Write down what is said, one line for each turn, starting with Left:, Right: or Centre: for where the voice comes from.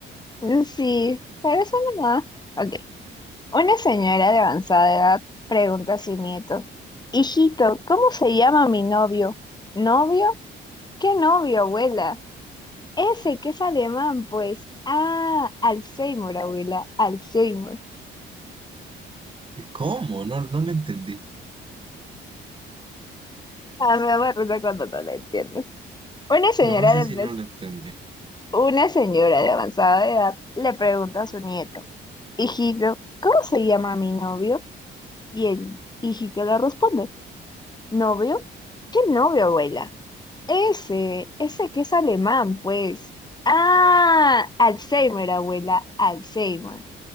Left: Mm, Sí, pero eso no. Ok. Una señora de avanzada edad pregunta a su nieto, Hijito, ¿cómo se llama mi novio? ¿Novio? ¿Qué novio, abuela? Ese que es alemán, pues. Ah, Alzheimer, abuela, Alzheimer.
Right: ¿Cómo? No, no lo entendí.
Left: Ah, me da acuerdo cuando no lo entiendes. Una señora
Right: No, ese sí
Left: de,
Right: no lo entendí.
Left: una señora de avanzada edad le pregunta a su nieto, Hijito, ¿cómo se llama mi novio? Y el hijito le responde, ¿novio? ¿Qué novio, abuela? Ese, ese que es alemán, pues. Ah, Alzheimer, abuela, Alzheimer.